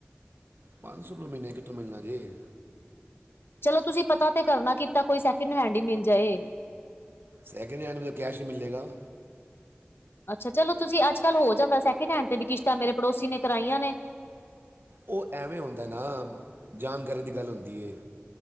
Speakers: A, on the right (about 70°); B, on the left (about 70°).
A: ਪੰਜ ਸੌ ਰੁਪਏ ਮਹੀਨੇ ਕਿੱਥੇ ਮਿਲਨਾ ਜੇ।
B: ਚਲੋ ਤੁਸੀਂ ਪਤਾ ਤਾਂ ਕਰਨਾ, ਕੀ ਪਤਾ ਕੋਈ ਸੈਕਿੰਡ ਹੈਂਡ ਹੀ ਮਿਲ ਜਾਏ।
A: ਸੈਕਿੰਡ ਹੈਂਡ ਵੀ ਤਾਂ ਕੈਸ਼ ਹੀ ਮਿਲੇਗਾ।
B: ਅੱਛਾ ਚਲੋ ਤੁਸੀਂ ਅੱਜ ਕੱਲ ਹੋ ਜਾਂਦਾ ਸੈਕਿੰਡ ਹੈਂਡ ਤੇ ਵੀ ਕਿਸ਼ਤਾਂ ਮੇਰੇ ਪੜੋਸੀ ਨੇ ਕਰਾਈਆਂ ਨੇ
A: ਉਹ ਐਵੇਂ ਹੁੰਦਾ ਨਾ ਜਾਣਕਾਰੀ ਦੀ ਗੱਲ ਹੁੰਦੀ ਹੈ।